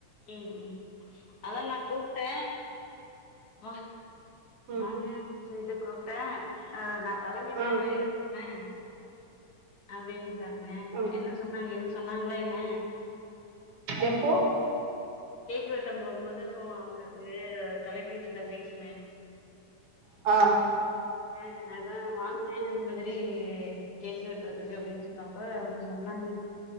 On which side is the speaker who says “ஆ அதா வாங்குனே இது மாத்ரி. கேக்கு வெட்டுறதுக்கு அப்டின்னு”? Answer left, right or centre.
Left